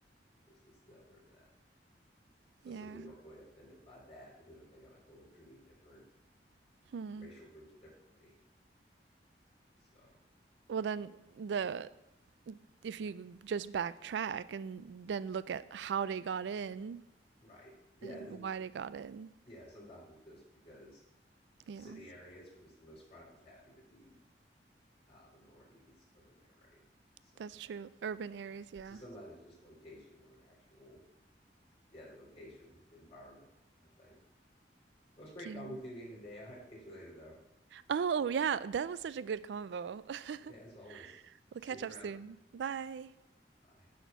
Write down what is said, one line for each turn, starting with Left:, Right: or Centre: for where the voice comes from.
Left: versus the other in that. So
Right: yeah
Left: some people are really offended by that because they're thinking like, oh, we're treating different
Right: hmm
Left: racial groups differently. So,
Right: well then the if you just backtrack and then look at how they got in
Left: right. Yeah.
Right: and
Left: The,
Right: why they got
Left: that,
Right: in
Left: yeah. Sometimes it's just because
Right: yeah
Left: city areas where there's the most crime just happen to be uh, minorities living there, right? So,
Right: that's true urban areas yeah
Left: so sometimes it's just location with an actual, yeah, the location, the environment, I think. Well, It was
Right: Thank
Left: great
Right: you.
Left: talking with you again today. I'll have to catch you later, though.
Right: oh yeah that was such a good convo <laughs>
Left: Yeah, as always,
Right: We'll
Left: see
Right: catch
Left: you
Right: up
Left: around.
Right: soon. Bye.
Left: Bye.